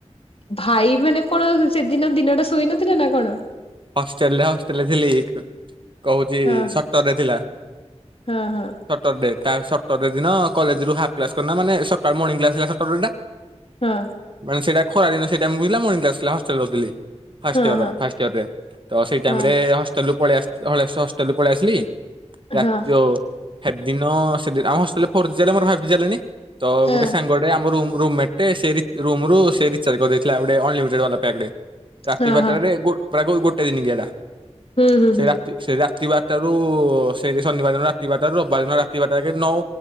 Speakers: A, on the left; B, on the right.
A: ଭାଇ, ମାନେ କଣ ସେଦିନ ଦିନଟା ଶୋଇ ନଥିଲା ନା କଣ?
B: ହଷ୍ଟେଲରେ ହଷ୍ଟେଲରେ ଥିଲି କହୁଛି
A: ହଁ
B: ସଟରରେ ଥିଲା
A: ହଁ ହଁ
B: ସଟରଡେ। ତା ସଟର ଡେ ଦିନ କଲେଜରୁ ହାଫ୍ କ୍ଲାସ କରି ମାନେ ସକାଳୁ ମର୍ଣିଂ କ୍ଲାସ ହେଲା ସଟରରେଟା।
A: ହଁ
B: ମାନେ ସେଇଟା ଖରା ଦିନ ସେଇ ଟାଇମକୁ ହେଇଥିଲା ମଣିଂକ୍ଲାସ ଥିଲା ହଷ୍ଟେଲରେ ରହୁଥିଲି। ଫାଷ୍ଟ
A: ହଁ
B: ଇୟର
A: ହଁ
B: ଫାଷ୍ଟୟରରେ। ତ ସେଇ ଟାଇମରେ
A: ହଁ
B: ହଷ୍ଟେ ଯୋଉ ପଳେଇ ଆସି ହଷ୍ଟଲରୁ ପଳେଇ ଆସିଲି। ରାତି
A: ହଁ
B: ଯୋ ସେଦିନ ସେଦିନ ଆମ ହଷ୍ଟେଲରେ ଫୋର ଜିବି ମୋର ଫାଇଭ ଜିବି ଚାଲେନି। ତ
A: ହଁ
B: ଗୋଟେ ସାଙ୍ଗଟେ ଆମ ରୁମ ରୁମମେଟଟେ ସେ ରୁମରୁ ସେ ରିଚାର୍ଜ କରିଦେଇଥିଲା ଅନଲିମିଟେଡେ ବାଲା ପ୍ୟାକଟେ। ରାତି
A: ହଁ
B: ବାରଟାରେ
A: ହଁ।
B: ଗୋ ପ୍ରାୟ ଗୋ ଗୋ <unintelligible>
A: ହୁଁ ହୁଁ
B: ସେ
A: ହୁଁ
B: ରାତି ସେ ରା ରାତିବାରଟାରୁ ସେଇ ଶନିବାର ଦିନ ରାତିିବାରଟାରୁ ରବିବାର ଦିନ ରାତିିବାରଟା ଯାକେ ନଉ